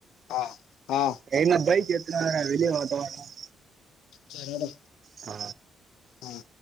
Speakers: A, on the left; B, on the right.
A: ஆ ஆ
B: ஏ நா பைக் எத்துனு வர வெளியவாங்கட்டு
A: சேரி உடு
B: அ
A: ம்